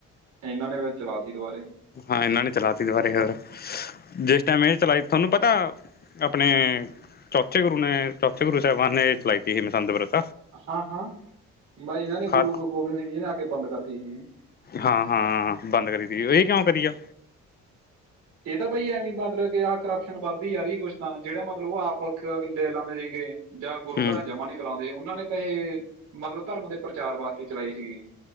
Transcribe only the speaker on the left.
ਹਾਂ ਇਹਨਾਂ ਨੇ ਚਲਾ ਤੀ ਦੁਬਾਰੇ ਹੋਰ, ਜਿਸ ਟਾਈਮ ਇਹ ਚਲਾਈ ਥੋਨੂੰ ਪਤਾ ਆਪਣੇ, ਚੌਥੇ ਗੁਰੂ ਨੇ ਚੌਥੇ ਗੁਰੂ ਸਾਹਿਬਾਨ ਨੇ ਚਲਾਈ ਤੀ ਮਸੰਦ ਪ੍ਰਥਾ,
ਖਾ
ਹਾਂ ਹਾਂ ਬੰਦ ਕਰੀ ਤੀ ਇਹ ਕਿਉਂ ਕਰੀ ਆ।
ਹੂੰ